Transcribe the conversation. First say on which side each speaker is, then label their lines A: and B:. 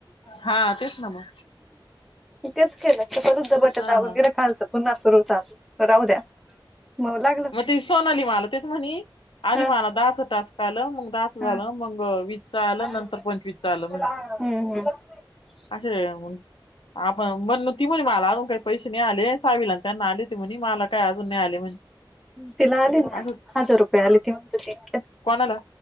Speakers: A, on the left (about 80°); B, in the centre.
A: हा तेच ना मग
B: तेच केलं ते परच ज बट
A: हा
B: दाबून
A: हा
B: गिर खालचं पुन्हा सुरू चालू राहू द्या. म लागला
A: ती सोनली मला तेच म्हणे आधी
B: हा
A: मला दाच टास्क आल मग द झालं
B: हा
A: मग वीस च आलं
B: हम्म
A: नंतर पंचवीसच आलं म्हणे.
B: हम्म
A: असे आपण आपण बनूती म्हण मला. सांगू काय पैसे नाही आले सावीला आणि त्यांना आले हो म्हणे मला काय अजून नाही आले म्हणे.
B: तिला आले ना
A: असंच
B: हजार रुपये आली ती म्हणत तीतक
A: कोणाला?